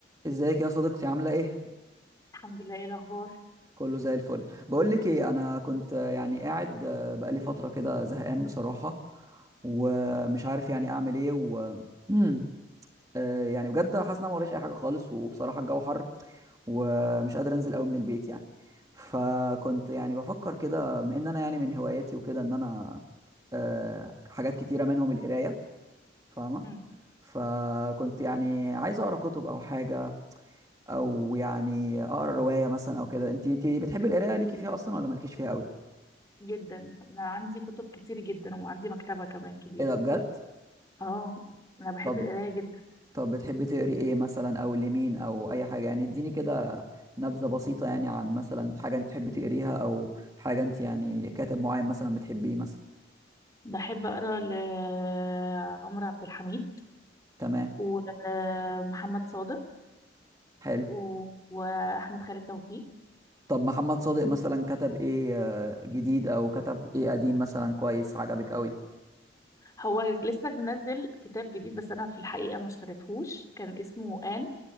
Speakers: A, on the right; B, on the left.
A: ازيك يا صديقتي عامله ايه
B: الحمد لله ايه الاخبار
A: كله زي الفل بقول لك ايه انا كنت آه، يعني قاعد آه، بقالي فتره كده زهقان بصراحه ومش عارف يعني اعمل ايه و مم. آه، يعني بجد حاسس ان انا ما وريش اي حاجه خالص وبصراحه الجو حر ومش قادر انزل قوي من البيت يعني فكنت يعني بفكر كده بما ان انا يعني من هواياتي وكده ان انا آه، حاجات كتيره منهم القرايه فاهمه
B: مم.
A: فكنت يعني عايز اقرا كتب او حاجه او يعني اقرا روايه مثلا او كده انت انت بتحبي القرايه ليكي فيها اصلا ولا مالكيش فيها قوي
B: جدا انا عندي كتب كتير جدا وعندي مكتبه كمان كبيره
A: ايه ده بجد
B: اه انا بحب
A: طب
B: القرايه جدا
A: طب بتحبي تقري ايه مثلا او لمين او اي حاجه يعني اديني كده نبذه بسيطه يعني عن مثلا حاجه انت تحبي تقريها او حاجه انت يعني كاتب معين مثلا بتحبيه مثلا
B: بحب اقرا لعمرو عبد الحميد
A: تمام
B: ومحمد صادق
A: حلو
B: و... واحمد خالد توفيق
A: طب محمد صادق مثلا كتب ايه آه، جديد او كتب ايه قديم مثلا كويس عجبك قوي
B: هو لسه منزل كتاب جديد بس انا في الحقيقه ما اشتريتهوش كان اسمه آن